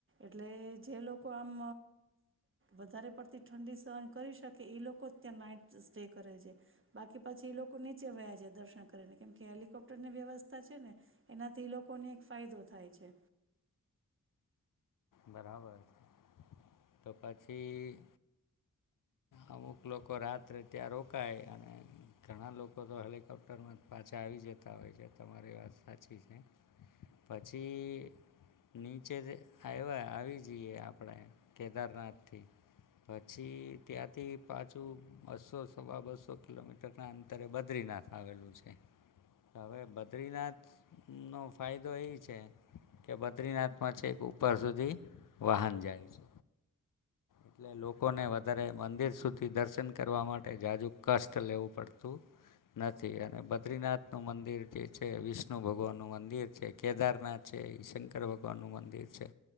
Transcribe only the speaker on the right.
એટલે જે લોકો આમ વધારે પડતી ઠંડી સહન કરી શકે એ લોકો જ ત્યાં નાઈટ સ્ટે કરે છે, બાકી પછી એ લોકો નીચે વ્યા છે દર્શન કરીને કેમકે હેલિકોપ્ટરની વ્યવસ્થા છે ને, એનાથી એ લોકોને એક ફાયદો થાય છે.